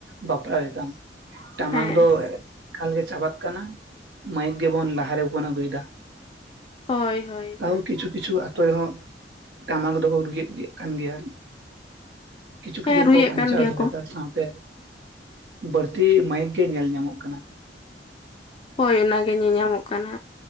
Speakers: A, on the right (about 75°); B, on the left (about 30°).
A: ᱵᱟᱯᱞᱟ ᱨᱮ ᱛᱟᱢ ᱴᱟᱢᱟᱠ
B: ᱦᱮᱸ
A: ᱫᱚ ᱮᱠᱟᱞ ᱜᱮ ᱪᱟᱵᱟᱜ ᱠᱟᱱᱟ ᱢᱟᱹᱭᱤᱠ ᱜᱮᱵᱚᱱ ᱞᱟᱦᱟᱨᱮᱵᱚᱱ ᱟᱹᱜᱩᱭᱮᱫᱟ
B: ᱦᱳᱭ ᱦᱳᱭ
A: ᱠᱟᱨᱚᱱ
B: ᱦᱳᱭ
A: ᱠᱤᱪᱷᱩ ᱠᱤᱪᱷᱩ ᱟᱛᱩ ᱨᱮ ᱦᱚᱸ ᱴᱟᱢᱟᱠ ᱫᱚᱠᱚ ᱨᱩᱭᱮᱫ ᱠᱟᱱ ᱜᱮᱭᱟ ᱠᱤᱪᱷᱩ ᱠᱤᱪᱷᱩ
B: ᱦᱮᱸ ᱨᱩᱭᱮᱫ
A: ᱠᱚ ᱵᱟᱧᱪᱟᱣ
B: ᱠᱟᱱ ᱜᱮᱭᱟ
A: ᱫᱚᱦᱚᱭᱫᱟ
B: ᱠᱚ
A: ᱥᱟᱶᱛᱮ ᱵᱟᱹᱲᱛᱤ ᱢᱟᱭᱤᱠ ᱜᱮ ᱧᱮᱞ ᱧᱟᱢᱚᱜ ᱠᱟᱱᱟ
B: ᱦᱳᱭ ᱚᱱᱟᱜᱮ ᱧᱮᱞ ᱧᱟᱢᱚᱜ ᱠᱟᱱᱟ